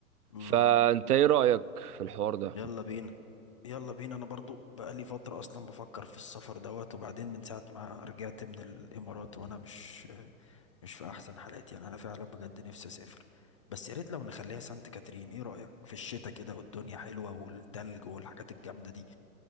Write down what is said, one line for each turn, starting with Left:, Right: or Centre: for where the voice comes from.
Left: مم.
Right: فانت ايه رأيك في الحوار ده
Left: يلا بينا يلا بينا انا برضو بقالي فترة اصلا بفكر في السفر دوت وبعدين من ساعة ما رجعت من الامارات وانا مش مش في احسن حالاتي يعني انا فعلا بجد نفسي اسافر بس يا ريت لو نخليها سانت كاترين ايه رأيك في الشتاء كده والدنيا حلوة والتلج والحاجات الجامدة دي